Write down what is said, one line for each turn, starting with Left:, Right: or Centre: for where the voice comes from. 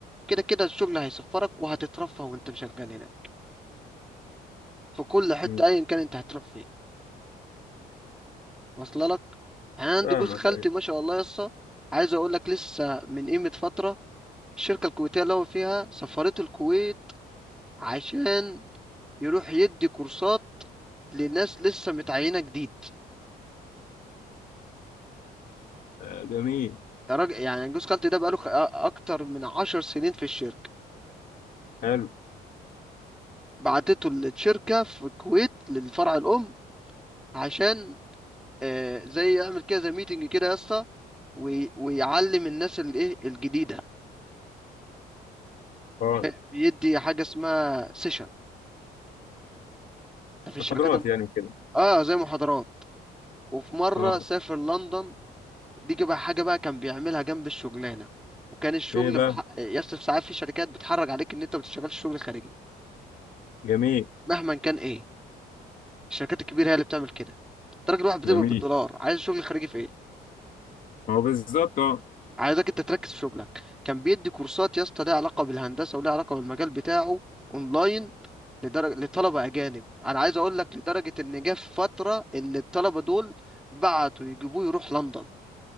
Centre: كده كده الشغل هيسفرك وهتترفه وانت شغال هناك في كل حتة
Left: أمم.
Centre: ايا كان انت هتروح فين واصله لك يعني أنا عندي
Left: فاهمك
Centre: جوز خالتي
Left: ايوه
Centre: ما شاء الله يسا عايز اقول لك لسه من قيمة فترة الشركة الكويتية اللي هو فيها سفرته الكويت عشان يروح يدي كورسات لناس لسه متعينة جديد
Left: آه، جميل
Centre: ده راجل يعني جوز خالتي ده بقاله خ- أ- أكتر من عشر سنين في الشركة
Left: حلو
Centre: بعتته للشركة في الكويت للفرع الأم عشان آه، زي يعمل كده زي ميتنج كده يا اسطى وي- ويعلم الناس الإيه الجديدة
Left: اه
Centre: ده بيدي حاجة اسمها سيشن ده في الشركات
Left: محاضرات
Centre: الم...
Left: يعني وكده
Centre: اه زي محاضرات وفي مرة
Left: اه
Centre: سافر لندن دي بقى حاجة بقى كان بيعملها جنب الشغلانة وكان الشغل
Left: ايه بقى
Centre: مح... يصرف ساعات في شركات بتحرج عليك ان انت ما بتشتغلش شغل خارجي
Left: جميل
Centre: مهما كان ايه الشركات الكبيرة هي اللي بتعمل كده انت راجل واحد بتقبض
Left: جميل
Centre: بالدولار عايز شغل خارجي في ايه
Left: هو بالظبط اه
Centre: عايزك انت تركز في شغلك كان بيدي كورسات يا اسطى ليها علاقة بالهندسة وليها علاقة بالمجال بتاعه اونلاين لدرجة لطلبة اجانب انا عايز اقول لك لدرجة ان جه في فترة ان الطلبة دول بعتوا يجيبوه يروح لندن